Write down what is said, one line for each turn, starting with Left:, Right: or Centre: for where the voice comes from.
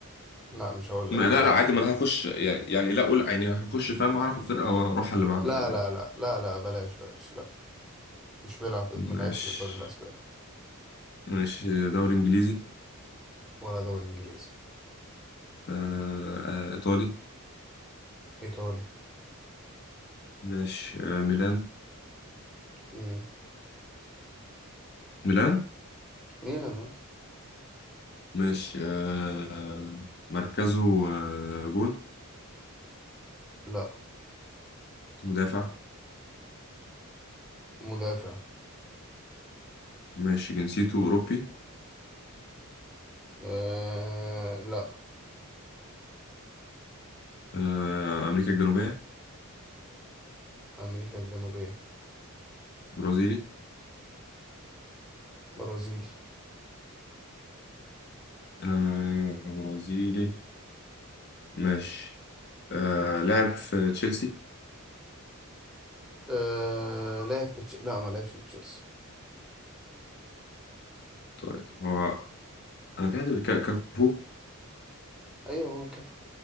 Centre: لا مش هقول
Left: ما-
Centre: لك
Left: لا
Centre: بلاش
Left: لا عادي
Centre: لا
Left: ما انا هخش يعني لا اقول يعني هخش فاهم اعرف الفرقه واروح على اللي بعده
Centre: لا
Left: عادي
Centre: لا لا لا لا بلاش بلاش لا مش بيلعب في ما
Left: ماشي
Centre: لعبش في الدوري الاسباني
Left: ماشي دوري انجليزي
Centre: ولا دوري انجليزي
Left: آه، آه، ايطالي
Centre: ايطالي
Left: ماشي آه، ميلان
Centre: ميلان
Left: ميلان
Centre: ميلان اه
Left: ماشي آه، مركزه آه، جون
Centre: لا
Left: مدافع
Centre: مدافع
Left: ماشي جنسيته اوروبي
Centre: آه لا
Left: آه، امريكا الجنوبيه
Centre: امريكا الجنوبيه
Left: برازيلي
Centre: برازيلي
Left: آه، برازيلي ماشي آه لعب في تشيلسي
Centre: آه لعب في تش- لا ما لعبش في تشيلسي
Left: طيب هو انا في حد بيك- كافو
Centre: ايوه هو كافو